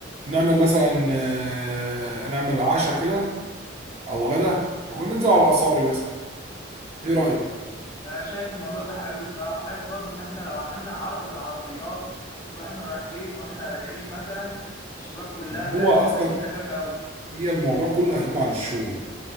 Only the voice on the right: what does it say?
نعمل مثلا آه، نعمل عشاء كده او غدا وننزل على العصاري مثلا ايه رأيك؟
ما
هو
اصلا
هي الموضوع كله هيقوم على الشو